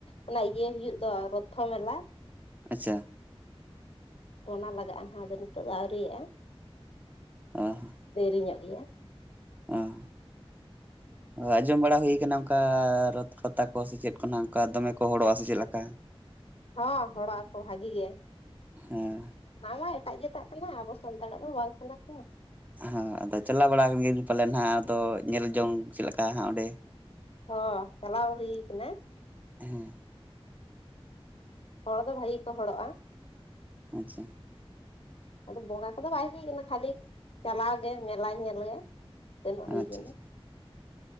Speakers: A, on the left (about 70°); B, on the right (about 15°).
A: ᱚᱱᱟ ᱤᱭᱟᱹ ᱦᱩᱭᱩᱜ ᱫᱚ ᱨᱚᱛᱷᱚ ᱢᱮᱞᱟ,
B: ᱟᱪᱪᱷᱟ,
A: ᱯᱚᱱᱟ ᱞᱟᱜᱟᱜᱼᱟ ᱱᱟᱦᱟᱜ ᱟᱫᱚ ᱱᱤᱛᱚᱜ ᱫᱚ ᱟᱹᱣᱨᱤᱭᱟᱜᱼᱟ।
B: ᱟᱸ
A: ᱫᱮᱨᱤᱧᱚᱜ ᱜᱮᱭᱟ,
B: ᱚᱸ
A: <inaudible>
B: ᱟᱸᱡᱚᱢ ᱵᱟᱲᱟ ᱦᱩᱭᱩᱠᱟᱱᱟ ᱚᱱᱠᱟ ᱨᱚᱛ ᱯᱟᱛᱟ ᱠᱚ ᱥᱮ ᱪᱮᱫ ᱠᱚ ᱱᱟᱦᱟᱜ ᱚᱱᱠᱟ ᱫᱚᱢᱮ ᱠᱚ ᱦᱚᱲᱚᱜᱼᱟ ᱥᱮ ᱪᱮᱫᱞᱮᱠᱟ।
A: ᱦᱚᱸ ᱦᱚᱲᱟᱜ ᱟᱠᱚ ᱵᱷᱟᱜᱤ ᱜᱮ।
B: ᱦᱩᱸ
A: ᱚᱱᱟᱢᱟ ᱮᱴᱟᱜ ᱡᱟᱹᱛᱟᱜ ᱠᱟᱱᱟ ᱟᱵᱚ ᱥᱟᱱᱛᱟᱲᱟᱜ ᱫᱚ ᱵᱟᱝ ᱠᱟᱱᱟ ᱥᱮ
B: ᱦᱟᱸ ᱟᱫᱚ ᱪᱟᱞᱟᱣ ᱵᱟᱲᱟᱣ ᱠᱟᱱᱜᱮᱭᱟ ᱵᱤᱱ ᱯᱟᱞᱮᱱ ᱱᱟᱦᱟᱜ ᱟᱫᱚ ᱧᱮᱞ ᱡᱚᱝ ᱪᱮᱫ ᱞᱮᱠᱟ ᱦᱟᱸᱜ ᱚᱸᱰᱮ।
A: ᱦᱚᱸ ᱪᱟᱞᱟᱣ ᱦᱩᱭ ᱠᱟᱱᱟ।
B: ᱦᱮᱸ
A: ᱦᱚᱲ ᱫᱚ ᱵᱷᱟᱜᱤ ᱜᱮᱠᱚ ᱦᱚᱲᱚᱜᱼᱟ।
B: ᱟᱪᱪᱷᱟ
A: ᱟᱫᱚ ᱵᱚᱸᱜᱟ ᱠᱚᱫᱚ ᱵᱟᱭ ᱦᱩᱭ ᱟᱠᱟᱱᱟ ᱠᱷᱟᱹᱞᱤ ᱪᱟᱞᱟᱣ ᱜᱮ ᱢᱮᱞᱟ ᱧᱮᱞ ᱜᱮ ᱥᱮᱱᱚᱜ ᱦᱩᱭ
B: ᱟᱪᱪᱷᱟ
A: ᱟᱠᱟᱱᱟ
B: ᱟᱪᱪᱷᱟ